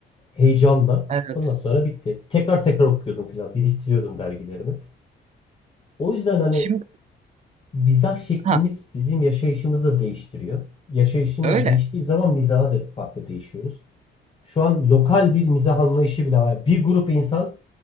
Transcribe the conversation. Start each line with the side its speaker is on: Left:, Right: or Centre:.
Left: heyecanla.
Right: Evet.
Left: Ondan sonra bitti. Tekrar tekrar okuyordum falan, biriktiriyordum dergilerimi. O yüzden hani
Right: Şimdi
Left: mizah şeklimiz
Right: ha,
Left: bizim yaşayışımızı da değiştiriyor. Yaşayışımız
Right: öyle.
Left: değiştiği zaman mizaha da farklı değişiyoruz. Şu an lokal bir mizah anlayışı bile var. Bir grup insan